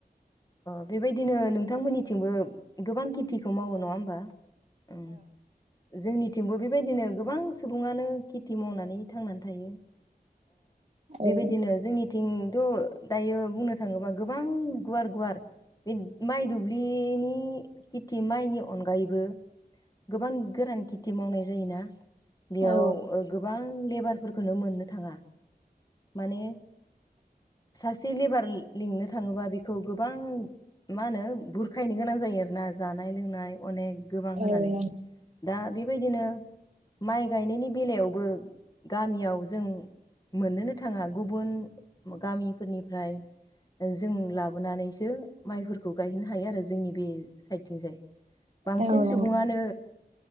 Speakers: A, on the left (about 20°); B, on the right (about 45°).
A: अ बेबायदिनो नोंथांमोननिथिंबो गोबां खेथिखौ मावो नङा होमबा औओ जोंनिथिंबो बेबायदिनो गोबां सुबुङानो खेथि मावनानै थांनानै थायो बेबायदिनो
B: ओ ए
A: जोंनिथिंथ' दायो बुंनो थाङोबा गोबां गुवार गुवार बे माइ दुब्लिनि खेथि माइनि अनगायैबो गोबां गोरान खेथि मावनाय जायोना बेयाव
B: औ
A: गोबां आं लेबारफोरखौनो मोननो थाङा माने सासे लेबार लिंनो थाङोबा बेखौ गोबां मा होनो बुरखायनो गोनां जायो आरोना जानाय लोंनाय अनेक गोबां होनानै
B: नों
A: दा बेबायदिनो माइ गायनायनि बेलायावबो गामियाव जों मोननोनो थाङा गुबुन गामिफोरनिफ्राय जों लाबोनानैसो माइफोरखौ गायहैनो हायो आरो जोंनि बे साइडथिंजाय बांसिन
B: औ नों
A: सुबुङानो